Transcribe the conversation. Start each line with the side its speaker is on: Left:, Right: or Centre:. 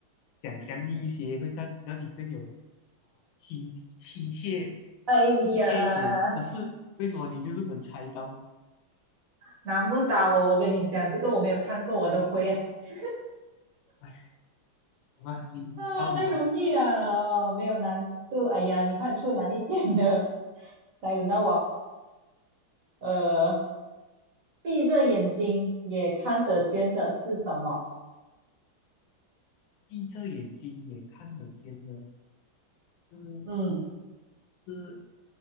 Left: 想象力一些，会更让你更有啊、亲亲切
Right: 哎呀。
Left: 亲切一点。可是为什么你就是能猜到？
Right: 难不倒我，我跟你讲，这个我没有看过，我都会啊，<laughs>
Left: 哎，好吧，你你到你吧。
Right: 啊，太容易啊，没有难度，哎呀，你快出难一点的，<laughs> 来轮到我，呃，闭着眼睛也看得见的是什么？
Left: 闭着眼睛也看得见的，是
Right: 嗯
Left: 是